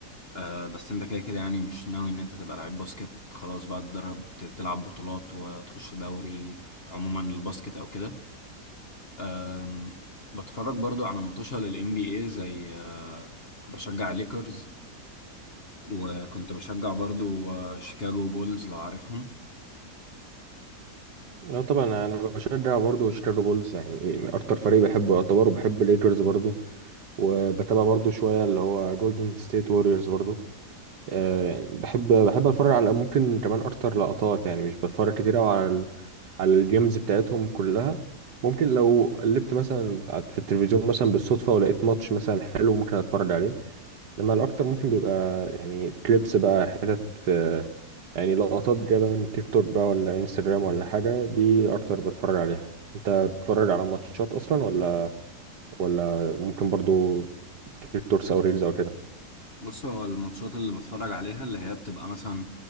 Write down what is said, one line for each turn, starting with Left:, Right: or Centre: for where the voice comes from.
Left: آه، بس انت كده كده يعني مش ناوي ان انت تبقى لعيب باسكت خلاص بقى تتدرب ت- تلعب بطولات وتخش دوري عموما الباسكت او كده آم، بتفرج برضو على منتشر للام بي اي زي آه، بشجع ليكرز وكنت بشجع برضو آه، شيكاغو بولز لو عارفهم
Right: لا طبعا انا أنا بشجع برضه شيكاغو بولز يعني إيه، من اكتر فريق بحبه يعتبر وبحب الليكرز برضه وبتابع برضه شويه اللي هو جولدن ستيت ووريرز برضه أه بحب بحب اتفرج على ممكن كمان اكتر لقطات يعني مش بتفرج كتير قوي على ال... على الجيمز بتاعتهم كلها ممكن لو قلبت مثلا في التلفزيون مثلا بالصدفه ولقيت ماتش مثلا حلو ممكن اتفرج عليه لما الاكتر ممكن بيبقى يعني كليبس بقى حتت في يعني لقطات جايبه من تيك توك بقى ولا انستجرام ولا حاجه دي اكتر بتفرج عليها انت بتتفرج على ماتشات اصلا ولا ولا ممكن برضو تيك توكس او ريلز او كده
Left: بص هو الماتشات اللي بتفرج عليها اللي هي بتبقى مثلا